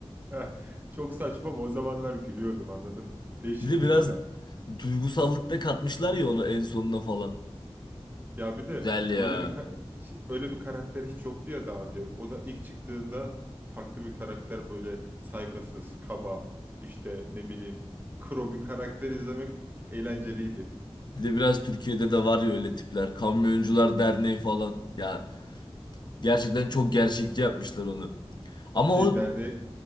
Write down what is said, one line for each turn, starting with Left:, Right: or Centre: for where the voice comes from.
Right: <laughs> Çok saçma ama o zamanlar gülüyordum anladın mı? Değişik
Left: Bir de biraz
Right: bir mizah.
Left: duygusallık da katmışlar ya ona en sonuna falan.
Right: Ya bir de
Left: Güzel ya.
Right: öyle bir ka- hiç- öyle bir karakter hiç yoktu ya daha önce. O da ilk çıktığında farklı bir karakter böyle saygısız, kaba, işte ne bileyim kro bir karakter izlemek eğlenceliydi.
Left: Bir de biraz Türkiye'de de var ya öyle tipler. Kamyoncular Derneği falan. Ya Gerçekten çok gerçekçi yapmışlar onu. Ama
Right: Şey
Left: o,
Right: derneğe